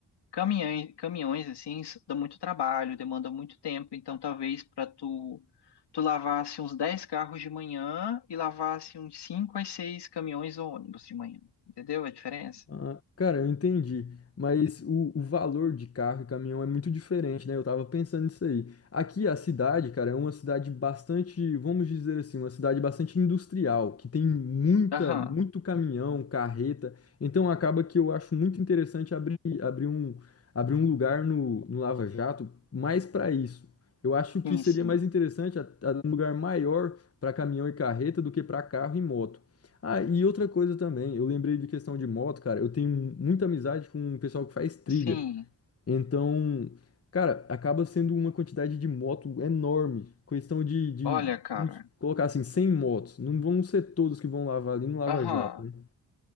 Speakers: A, on the left; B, on the left.
A: Caminhões, caminhões assim, s- dá muito trabalho, demanda muito tempo, então talvez para tu tu lavasse uns 10 carros de manhã e lavasse uns 5 a 6 caminhões ou ônibus de manhã. Entendeu a diferença?
B: Ah, cara, eu entendi, mas o, o valor de carro e caminhão é muito diferente, né? Eu tava pensando nisso aí. Aqui a cidade, cara, é uma cidade bastante, vamos dizer assim, uma cidade bastante industrial, que tem muita,
A: Aham,
B: muito caminhão, carreta. Então acaba que eu acho muito interessante abrir, abrir um, abrir um lugar no, no Lava Jato mais para isso. Eu acho que
A: sim,
B: seria
A: sim.
B: mais interessante a- a- um lugar maior para caminhão e carreta do que para carro e moto. Ah, e outra coisa também, eu lembrei de questão de moto, cara. Eu tenho muita amizade com o pessoal que faz trilha.
A: Sim.
B: Então, cara, acaba sendo uma quantidade de moto enorme. Questão de, de,
A: Olha, cara.
B: vamos colocar assim, 100 motos. Não vão ser todos que vão lavar ali no Lava
A: Aham.
B: Jato, né?